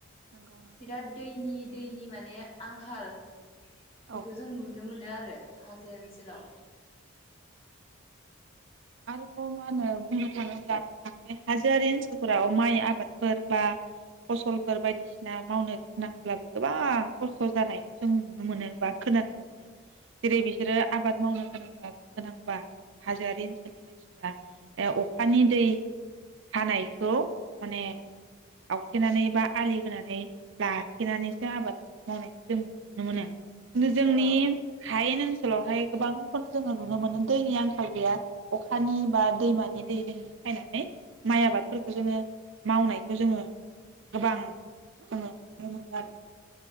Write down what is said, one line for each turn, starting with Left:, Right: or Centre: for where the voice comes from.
Right: नंगौ नोंथां
Left: बिराद दैनि दैनि माने आंखाल। बेखौ
Right: औ
Left: जों नुनो मोनो आरो हाजो ओनसोलाव।
Right: आरोबाव मा होनो बुंनो थाङोब्ला <unintelligible> हाजोआरि ओनसोलफोराव माइ आबादफोर बा फसलफोर बायदिसिना मावनो गोनांब्लाबो गोबां खस्थ' जानायखौ जों नुनो मोनो बा खोनानो <inaudible> जेरै बिसोरो आबाद मावनो गोनांबा गोनांबा हाजोआरि ओनसोलनि मानसिफ्रा अखानि दै हानायखौ माने आवथेनानै बा आलि होनानै लाथेनानैसो आबाद मावनायखौ जों नुनो मोनो। नो जोंनि
Left: अ
Right: हायेन ओन सोलावहाय गोबांखौनो जोङो नुनो मोनो दैनि आं खाल गैया अखानि बा दैमानि दैजों फैनानै माइ आबादफोरखौ जोङो मावनायखौ जोङो गोबां जोङो नुनो मोनो आरो।